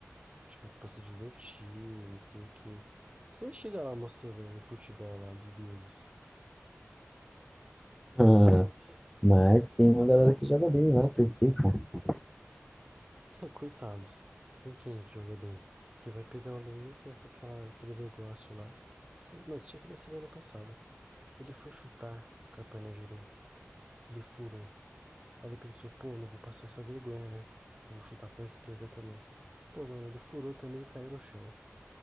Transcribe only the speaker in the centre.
Ah, mas tem uma galera que joga bem lá, que eu sei, pô.